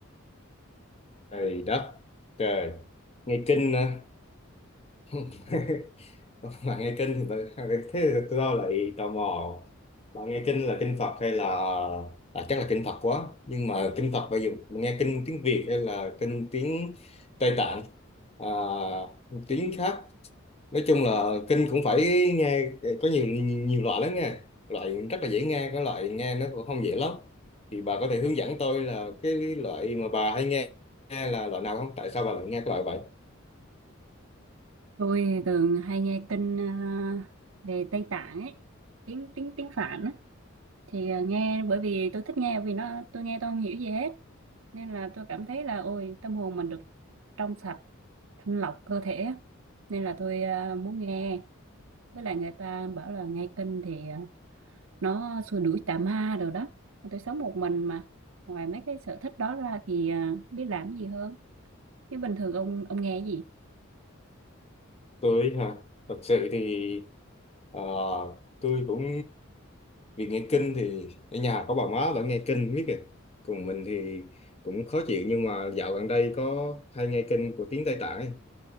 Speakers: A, on the left; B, on the right.
A: trời đất trời nghe kinh à. <laughs> bà nghe kinh thì bà, thế thì tôi đâu lại tò mò bà nghe kinh là kinh Phật hay là à, chắc là kinh Phật quá nhưng mà kinh Phật bây giờ bà nghe kinh tiếng Việt hay là kinh tiếng Tây Tạng à, tiếng khác nói chung là kinh cũng phải nghe có nhiều nhiều loại lắm nha loại rất là dễ nghe cái loại nghe nó cũng không dễ lắm thì bà có thể hướng dẫn tôi là cái loại mà bà hay nghe là loại nào không tại sao bà lại nghe cái loại vậy
B: tôi thì thường hay nghe kinh à, về Tây Tạng ấy tiếng tiếng tiếng Phạn á thì à, nghe bởi vì tôi thích nghe vì nó tôi nghe tôi không hiểu gì hết nên là tôi cảm thấy là ôi tâm hồn mình được trong sạch thanh lọc cơ thể á. nên là tôi à, muốn nghe với lại người ta bảo là nghe kinh thì ờ, nó xua đuổi tà ma rồi đó tôi sống một mình mà ngoài mấy cái sở thích đó ra thì ờ, biết làm cái gì hơn nhưng bình thường ông ông nghe cái gì
A: tôi hả thật sự thì ờ, tôi cũng vì nghe kinh thì ở nhà có bà má vẫn nghe kinh biết kìa còn mình thì cũng khó chịu nhưng mà dạo gần đây có hay nghe kinh của tiếng Tây Tạng ấy